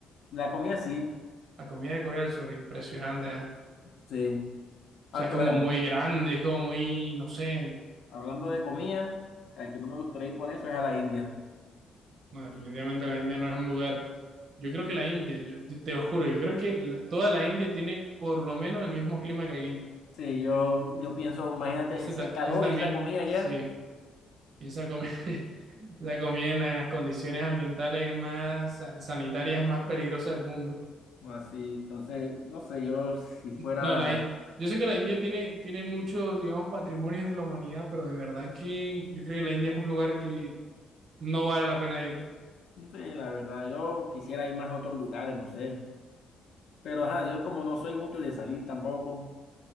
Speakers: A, on the left; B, on the right.
A: la comida sí,
B: La comida de Corea del Sur, impresionante. ah.
A: sí, aunque
B: O sea, es como
A: bueno,
B: muy grande, es como muy, no sé.
A: hablando
B: No,
A: de comida, al que no me gustaría ir por eso es a la India.
B: definitivamente la India no es un lugar... Yo creo que la India, yo, yo te lo juro, yo creo que la- toda la India tiene por lo menos el mismo clima que aquí.
A: Sí, yo, yo pienso, imagínate
B: Ese,
A: ese
B: ta-
A: calor
B: ese también,
A: y esa comida allá,
B: sí. Y esa comida, <laughs> esa comida en, la- en las condiciones ambientales más sa- sanitarias más peligrosas del mundo.
A: así, entonces, no sé, yo si fuera,
B: No, la, in- yo sé que la India tiene, tiene muchos, digamos, patrimonios de la humanidad, pero de verdad que yo creo que la India es un lugar que no vale la pena ir.
A: no sé, la verdad, yo quisiera ir más a otros lugares, no sé. Pero ajá, yo como no soy mucho de salir tampoco,